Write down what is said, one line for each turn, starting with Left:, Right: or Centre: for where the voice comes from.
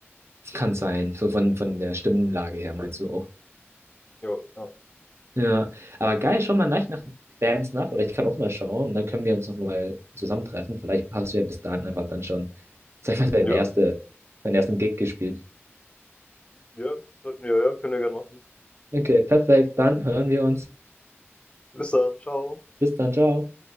Right: Es kann sein. So von, von der Stimmlage her meinst du auch.
Left: Ja, ja.
Right: Ja. Aber geil, schau mal nach, nach Bands nach. Oder ich kann auch mal schauen. Und dann können wir uns nochmal zusammentreffen. Vielleicht hast du ja bis dahin einfach dann schon, sag ich mal, deinen
Left: Ja,
Right: erste, deinen ersten Gig gespielt.
Left: ja, sollten wir, ja, können wir gerne machen.
Right: Okay, perfekt. Dann hören wir uns.
Left: Bis dann, ciao.
Right: Bis dann, ciao.